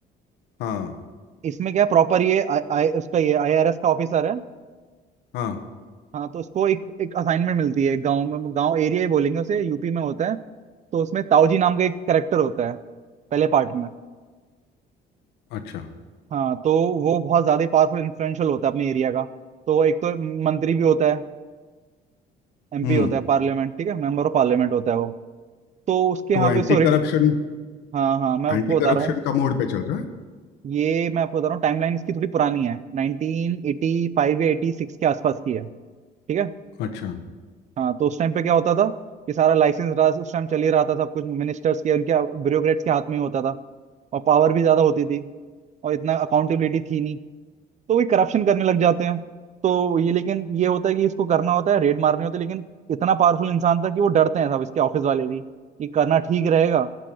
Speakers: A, on the left; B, on the right.
A: हाँ
B: इसमें क्या प्रॉपर ये आई आई- उसका ये आईआरएस का ऑफिसर है
A: हाँ
B: हाँ तो उसको एक एक असाइनमेंट मिलती है गांव में गांव एरिया ही बोलेंगे उसे यूपी में होता है तो उसमें ताऊजी नाम का एक करेक्टर होता है पहले पार्ट में
A: अच्छा
B: हाँ तो वो बहुत ज्यादा पावरफुल इन्फ्लुएंशियल होता है अपने एरिया का तो वो एक तो मंत्री भी होता है एमपी
A: हम्म
B: होता है पार्लियामेंट ठीक है मेंबर ऑफ पार्लियामेंट होता है वो तो उसके
A: तो
B: यहाँ
A: एंटी
B: पे सॉरी
A: करप्शन
B: हाँ हाँ मैं आपको
A: एंटी
B: बता
A: करप्शन
B: रहा हूँ
A: का मोड पे चल रहा है
B: ये मैं आपको बता रहा हूँ टाइमलाइन इसकी थोड़ी पुरानी है 1985 या 86 के आसपास की है ठीक है
A: अच्छा
B: हाँ तो उस टाइम पे क्या होता था कि सारा लाइसेंस राज उस टाइम चल ही रहा था सब कुछ मिनिस्टर्स के उनके ब्यूरोक्रेट्स के हाथ में ही होता था और पावर भी ज्यादा होती थी और इतना अकाउंटेबिलिटी थी नहीं। तो वही करप्शन करने लग जाते हैं तो ये लेकिन ये होता है कि इसको करना होता है रेड मारनी होती है लेकिन इतना पावरफुल इंसान था कि वो डरते हैं सब इसके ऑफिस वाले भी कि करना ठीक रहेगा